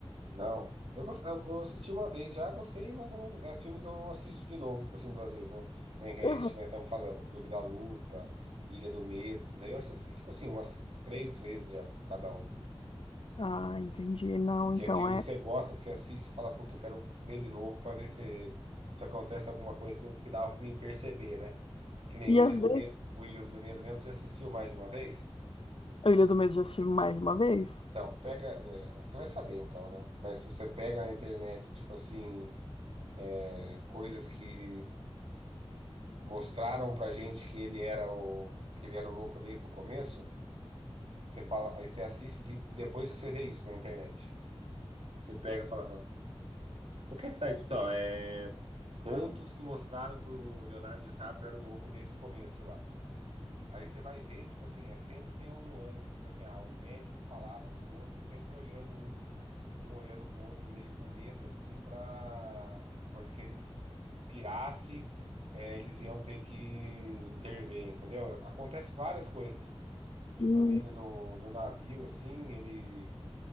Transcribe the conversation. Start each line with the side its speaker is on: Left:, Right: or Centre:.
Right: Não. Eu, gos- eu eu assisti uma vez já, gostei, mas eu não- é filme que eu não assisto de novo, tipo assim, duas vezes, né? Nem que a
Left: Aham.
Right: gente né, estamos falando, Clube da Luta, Ilha do Medo, esses aí eu assisti, tipo assim, umas três vezes já, cada um.
Left: Ah, entendi. Não,
Right: Que
Left: então
Right: é filme
Left: é.
Right: que você gosta, que você assiste e fala, puta, eu quero ver de novo pra ver se, se acontece alguma coisa que, que dava pra mim perceber, né? Que nem
Left: E
Right: o Ilha
Left: às
Right: do
Left: vezes,
Right: Medo, o Ilha do Medo mesmo, você assistiu mais de uma vez?
Left: a Ilha do Medo eu já assisti mais de uma vez.
Right: Então, pega, é, você vai saber então, né? Mas se você pega na internet, tipo assim, é, coisas que mostraram pra gente que ele era o que ele era o louco desde o começo, você fala, aí você assiste de- depois que você vê isso na internet. Você pega e fala. ó, Qualquer site, pessoal é pontos que mostraram que o Leonardo DiCaprio era o louco desde o começo lá. Aí você vai ver, tipo assim, é sempre tem um nuance, tipo assim, ah, o médico falava com o outro, sempre olhando um, um olhando pro outro meio com medo, assim, pra... Porque se ele pirasse, eh, eles iam ter que intervir, entendeu? Acontece várias coisas. Tipo,
Left: Hum,
Right: nele no, no navio, assim, ele.